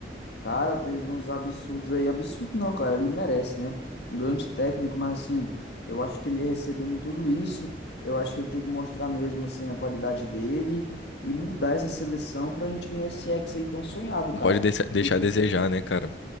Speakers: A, on the left (about 70°); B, on the left (about 90°).
A: Cara, teve uns absurdos aí. Absurdo não, cara. Ele merece, né? Um grande técnico, mas assim, eu acho que ele recebendo tudo isso, eu acho que ele tem que mostrar mesmo, assim, a qualidade dele e mudar essa seleção pra gente ganhar esse Hexa aí tão sonhado,
B: Não
A: cara.
B: pode deixar deixar
A: Teve,
B: a desejar, né, cara?